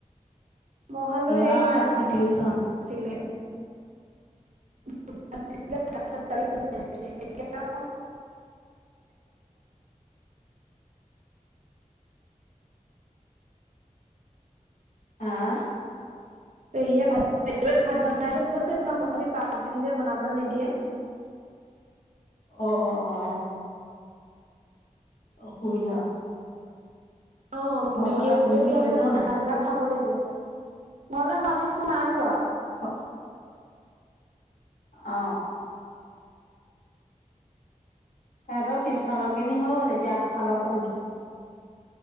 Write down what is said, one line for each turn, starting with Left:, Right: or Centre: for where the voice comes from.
Right: মই খালো
Left: ল'ৰা
Right: হেৰি বনাই
Left: টিউচন
Right: ছিলে <unintelligible> এতিয়া
Left: হা'
Right: পেহীয়ে ভাত পেহীয়ে ভাত বনাই থৈ গৈছে বাৰু, মোৰ আজি পাঁচ দিন যে বনাবলৈ নিদিয়ে।
Left: অ অ অ' অসুবিধা,
Right: অ
Left: ঘৰৰ
Right: মেগী
Left: ফালে
Right: এপেটি
Left: ফোন চোন কৰিছ
Right: আছে বনাই
Left: নাই
Right: পেলাই খাব লাগিব। ঘৰলে মই আজি ফোন নাই কোৱা।
Left: অ অ তাহঁতৰ পিছফালৰ খিনি হ'ল এতিয়া আগফালৰ কন